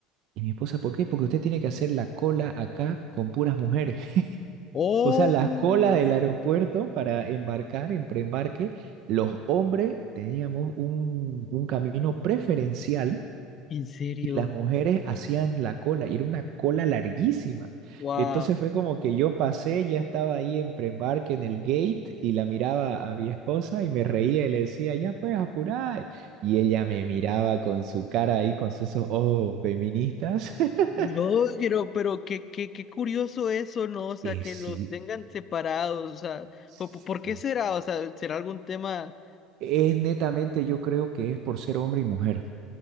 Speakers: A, on the right (about 60°); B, on the left (about 40°).
A: Y mi esposa, ¿por qué? Porque usted tiene que hacer la cola acá con puras mujeres. <laughs>
B: Oh,
A: O sea, las colas del aeropuerto para embarcar, en preembarque, los hombres teníamos un, un camino preferencial
B: en serio.
A: y las mujeres hacían la cola y era una cola larguísima.
B: Wow.
A: Entonces fue como que yo pasé, ya estaba ahí en preembarque en el gate y la miraba a mi esposa y me reía y le decía, ya puedes apurar. Y ella me miraba con su cara ahí, con esos ojos feministas. <laughs>
B: No, pero, pero qué, qué, qué curioso eso, ¿no? O sea,
A: Eh,
B: que
A: sí,
B: los tengan separados, o sea,
A: sí.
B: o po- ¿por qué será? O sea, ¿será algún tema?
A: Es netamente, yo creo que es por ser hombre y mujer.